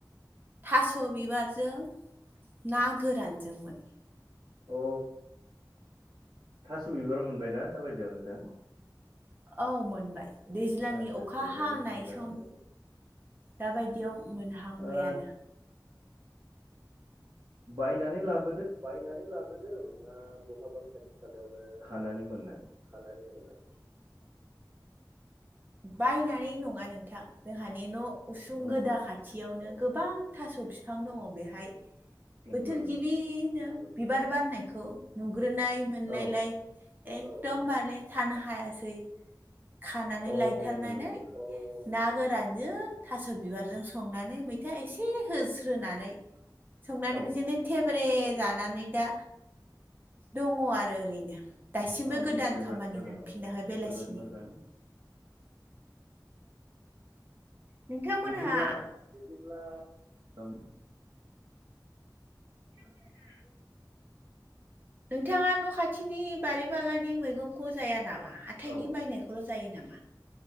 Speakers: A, on the right; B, on the right.
A: थास' बिबारजों ना गोरानजोंमोन।
B: अ थास' बिबार मोनबायना दा बायदियाव नोंथां
A: औ मोनबाय। दैज्लांनि
B: आदसा
A: अखा
B: आदसा जोबोद
A: हानाय
B: मोजां
A: सम दाबायदि बेयाव मोनहांबायानो
B: ओ बायनानै लाब
A: बायनानै लाबोदों ना बहाबा खाथि खालायावनो
B: खानानै मोननाय
A: खानानै मोननाय। बायनानै नङा नोंथां जोंहानि न उसुं
B: औ
A: गोदा खाथियावनो गोबां थास' फिफां दङ बेहाय।
B: नंगौ
A: बोथोर
B: नामा
A: गिबि बिबार बारनायखौ नु ग्रोनाय मोननायलाय
B: औ
A: एकदमबारले थानो हायासै खानानै
B: औ
A: लायथारनानै
B: नंगौ नामा
A: ना गोरानजों था स बिबारजों संनानै मैथा एसे होस्रोनानै संनानै
B: औ
A: बिदिनो थेब्रेट जानानै दा दङ आरो ओरैनो दासिमबो
B: औ
A: गोदान
B: जोबोद
A: खामानि
B: मोजां
A: हमफिनाहाय बेलासिनि
B: जोबोद मोजां
A: नोंथांमोनहा
B: बिदिब्ला
A: बिदिब्ला
B: ओम <unintelligible>
A: नोंथाङा न खाथिनि बारि बालानि मैगंखौ जाया नामा? हाथायनि
B: औ
A: बायनायखौल' जायो नामा?